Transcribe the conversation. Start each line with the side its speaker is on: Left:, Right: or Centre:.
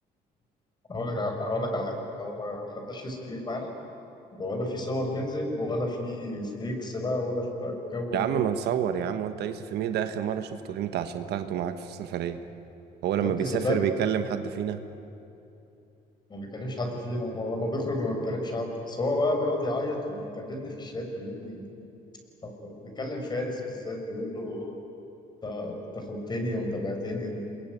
Left: هقول لك ع- هقول لك على حاجه لو ما خدناش يوسف ايميل معانا يبقى ولا في صور تنزل ولا في ستريكس بقى ولا في بقى الجو
Right: يا
Left: ده
Right: عم
Left: كله
Right: ما نصور يا عم وانت يوسف امير ده اخر مرة شفته امتى عشان تاخده معاك في السفرية هو لما
Left: يا ابني
Right: بيسافر
Left: صدقني
Right: بيكلم حد فينا
Left: ما بيكلمش حد فينا ولما بيخرج ما بيكلمش حد بس هو بقى بيقعد يعيط وبيكلمني في الشات ويقول لي طب بيكلم فارس بالذات بيقول له انت انت خنتني وانت بعتني